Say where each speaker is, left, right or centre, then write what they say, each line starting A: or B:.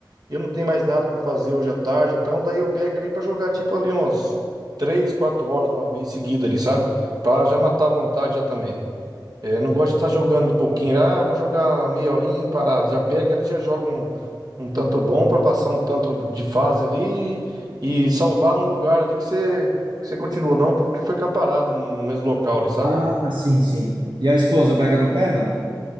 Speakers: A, on the right; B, on the right.
A: eu não tenho mais nada pra fazer hoje à tarde, então daí eu pego ali pra jogar tipo ali uns 3, 4 horas de uma vez seguida ali, sabe? Pra já matar a vontade já também. É, eu não gosto de estar jogando um pouquinho. Ah, vou jogar meia horinha, e parar. Já pega ali, já joga um, um tanto bom para passar um tanto de fase ali e salvar num lugar ali que você, que você continua. Não porque ficar parado no, no mesmo local ali, sabe?
B: Ah, sim, sim. E a esposa pega no pé, né?